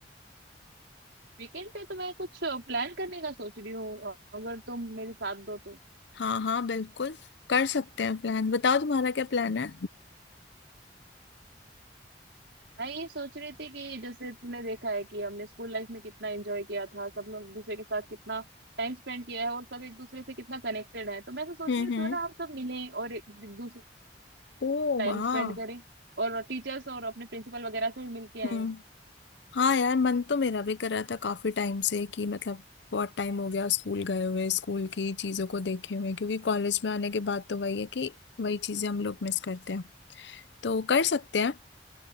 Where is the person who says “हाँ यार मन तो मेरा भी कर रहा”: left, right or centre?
Left